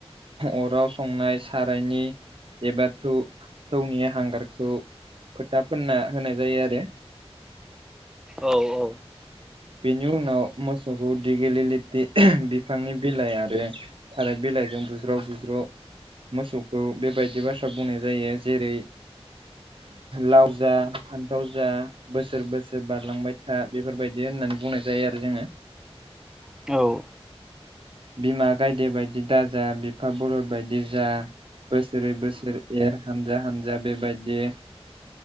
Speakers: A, on the right; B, in the centre.
A: अराव संनाय सारायनि एबा थौ थौनि हांगारखौ फोथा फोनना होनाय जायो आरो
B: औ
A: बेनि उनाव मोसौखौ दिगिलि लेथि बिफांनि बिलाइ आरो थाराय बि- लाइजों बुज्राव बुज्र' मोसौखौ बेबायदि बाथ्रा बुंनाय जायो जेरै लाव जा फान्थाव जा बोसोर बोसोर बारलांबाय था बेफोरबायदि होननानै बुंनाय जायो आरो जोङो
B: औ औ
A: बिमा गायदे बायदि दाजा बिफा बलद बायदि जा बोसोरै बोसोरै एर हानजा हानजा बेबायदि